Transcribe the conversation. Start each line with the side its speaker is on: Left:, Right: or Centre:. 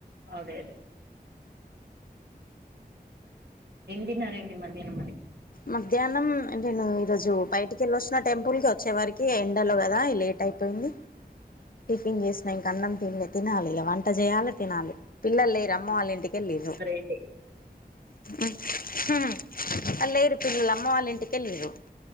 Right: అదే అదే ఏందిన్నారేంటి మధ్యాహ్నం
Left: మధ్యాహ్నం నేను ఈరోజు బయటికిళ్ళొచ్చిన టెంపుల్ కి వచ్చే వరికి ఎండలో కదా ఇగ లేట్ అయిపోయింది టిఫిన్ చేసిన ఇంక అన్నం తిన్లే తినాలి ఇగ వంట చేయాలి తినాలి పిల్లలు లేరు అమ్మ వాళ్ళ ఇంటికెళ్ళిలు
Right: గ్రేట్ ఏ
Left: ఉమ్ ఉహు అ లేరు పిల్లలమ్మ వాళ్ళింటికెళ్లిరు